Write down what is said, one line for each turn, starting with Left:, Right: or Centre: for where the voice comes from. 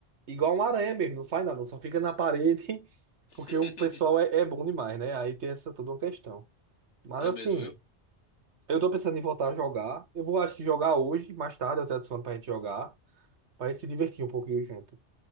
Right: igual um aranha mesmo, não faz nada, só fica na parede, <laughs>
Left: <laughs>
Right: porque o pessoal é, é bom demais, né? Aí tem essa toda uma questão. Mas
Left: É
Right: assim,
Left: mesmo, viu?
Right: eu tô pensando em voltar a jogar. Eu vou, acho que jogar hoje, mais tarde, eu te adiciono pra gente jogar, pra gente se divertir um pouquinho junto.